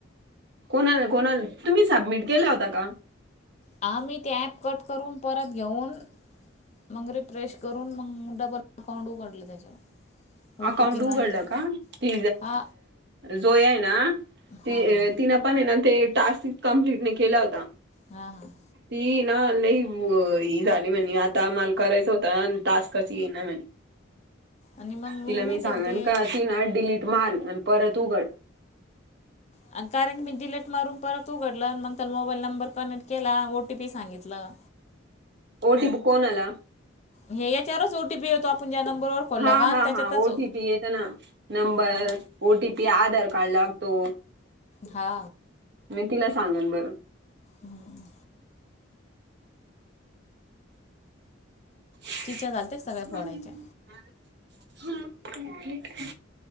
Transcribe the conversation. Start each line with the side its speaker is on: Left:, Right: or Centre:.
Right: कोणाला कोणाला, तुम्ही सबमिट केलं होता का?
Left: आम्ही ते ॲप कट करून परत घेऊन मग रिंफेश करून मग डबल अकाउंट उघडला त्याच्यावर. ओ
Right: अकाउंट
Left: टी पी
Right: उघडलं
Left: मागितली
Right: का? ती
Left: हा
Right: जोया आहे ना ती
Left: हा हा
Right: तिन पण आहे ना ते टास्क कंप्लीट नाही केला होता.
Left: हा हा.
Right: ती न लई ही झाली म्हणे आता मल करायचा होता अन टास्कच ये ना म्हणे.
Left: आणि मग
Right: तिला
Left: माहिती
Right: मी सांगन
Left: आहे ते
Right: का? ती न डिलीट मार आणि परत उघड.
Left: आणि कारण मी डिलीट मारून परत उघडलं मग त्याला मोबाईल नंबर कनेक्ट केला ओ टी पी सांगितलं.
Right: ओ टी पी कोणाला?
Left: हे याच्यावरच ओ टी पी येतो आपण ज्या नंबरवर खोललं
Right: हा
Left: का आणि
Right: हा
Left: त्याच्यातच
Right: हा ओ टी पी येत ना number.
Left: अन
Right: O T P Aadhaar card लागतो.
Left: हा.
Right: मी तिला सांगन बर.
Left: हम्म.
Right: <unintelligible>
Left: चिच्या झालते सगळ्या फोडायच्या